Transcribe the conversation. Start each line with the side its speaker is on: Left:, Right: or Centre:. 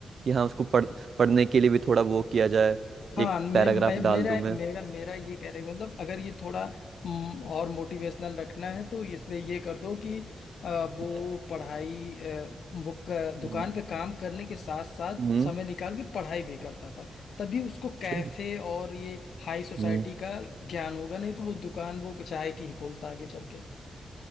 Right: कि हाँ उसको पढ़ पढ़ने के लिए भी थोड़ा वो किया जाए
Left: हाँ
Right: एक
Left: मे,
Right: पैराग्राफ
Left: मे, मेरा
Right: डाल दूं मैं
Left: मेरा मेरा ये कह रहे मतलब अगर ये थोड़ा हम्म, और मोटिवेशनल रखना है तो इसमें ये कर दो कि अ, वो
Right: हम्म
Left: पढ़ाई अ, वो क- दुकान
Right: हम्म
Left: पे काम करने के साथ साथ
Right: हम्म,
Left: समय निकाल के पढ़ाई भी करता था तभी उसको
Right: चल,
Left: कैफे और ये हाई सोसाइटी
Right: हम्म,
Left: का ज्ञान होगा नहीं तो वो दुकान वो चाय की ही खोलता आगे चल के